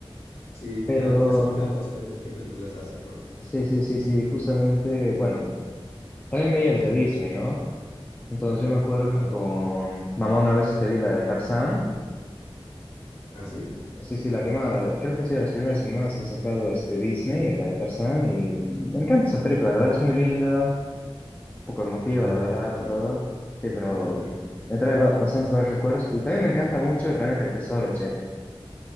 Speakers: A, on the left; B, on the left.
A: sí,
B: Pero
A: ya, ya has ubicado más o menos qué películas hacen, ¿no?
B: sí, sí, sí, sí, justamente, bueno, también veía las de Disney, ¿no? Entonces yo me acuerdo
A: Claro.
B: que con mamá una vez te vi la de Tarzán.
A: ¿Ah, sí?
B: Sí, sí, la animada. Creo que ha sido de las primeras animadas que ha sacado este Disney, la de Tarzán, y me encanta esa película. La verdad es muy linda, un poco emotiva,
A: Ay,
B: la verdad,
A: buena película,
B: todo. Sí, pero
A: buena película.
B: me trae ba- bastantes varios recuerdos. Y también me encanta mucho el Planeta del Tesoro, che.